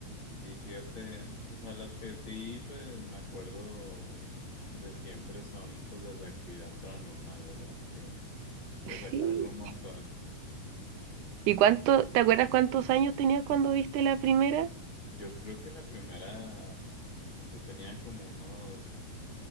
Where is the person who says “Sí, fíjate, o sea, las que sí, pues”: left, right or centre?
Left